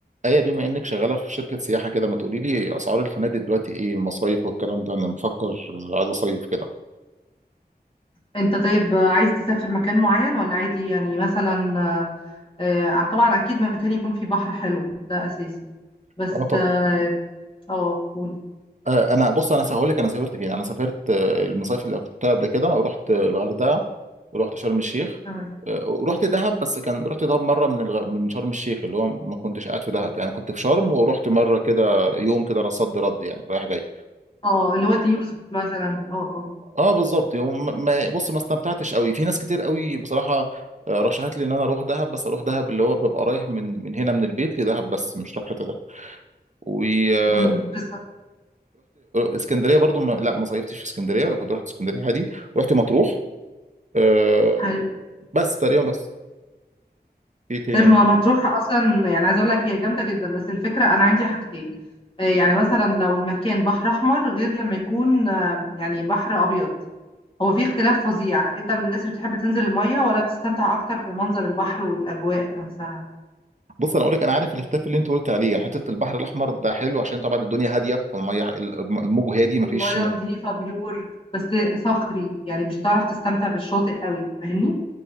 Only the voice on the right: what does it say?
ايه بما انك شغاله في شركه سياحه كده ما تقولي لي اسعار الفنادق دلوقتي ايه المصايف والكلام ده انا بفكر عايز اصيف كده
اه طب
آه انا بص انا هقول لك انا سافرت فين انا سافرت آه، المصايف اللي رحتها قبل كده رحت آه، الغردقه ورحت شرم الشيخ
آه، ورحت دهب بس كان رحت دهب مره من الغ... من شرم الشيخ اللي هو ما كنتش قاعد في دهب يعني كنت في شرم ورحت مره كده يوم كده صد رد يعني رايح جاي
اه بالظبط يوم ما بص ما استمتعتش قوي في ناس كتير قوي بصراحه آه، رشحت لي ان انا اروح دهب بس اروح دهب اللي هو ببقى رايح من من هنا من البيت لدهب بس مش رايح حته تانيه ورحت
اسكندريه برضو ما لا ما صيفتش في اسكندريه كنت رحت اسكندريه عادي رحت مطروح آه،
بس تقريبا بس في تاني
ممكن
بص انا اقول لك انا عارف الاختلاف اللي انت قلت عليه يعني حته البحر الاحمر ده حلو عشان طبعا الدنيا هاديه فالميه الموج هادي ما
فيش